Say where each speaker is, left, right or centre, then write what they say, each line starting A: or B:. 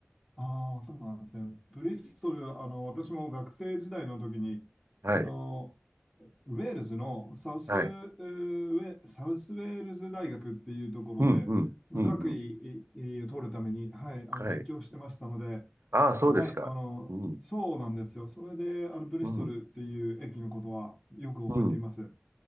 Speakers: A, on the left; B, on the right.
A: ああ、そうなんですね。ブリストル、あの、私も学生時代の時に、
B: はい、
A: あの、ウェールズのサウス、
B: はい。
A: えーウェ、サウスウェールズ大学っていうところで、
B: うん、うん、
A: 学位えーを取るために、
B: うん、うん。
A: はい、あの、
B: はい。
A: 勉強してましたので、
B: ああ、そうですか。
A: はい、あの、
B: うん、
A: そうなんですよ。それで、あの、ブリストルっていう駅のことはよく覚えています。
B: うん、うん。
A: う